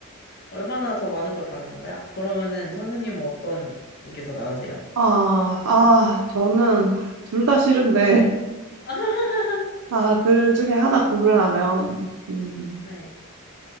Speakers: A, on the left (about 45°); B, on the right (about 75°).
A: 얼마나 더 많은 걸 바라는 거야? 그러면은 선생님은 어떤 게 더 나으세요?
B: 아, 아, 저는 둘 다 싫은데,
A: <laughs>
B: 아, 둘 중에 하나 고르라면, 음,
A: 네.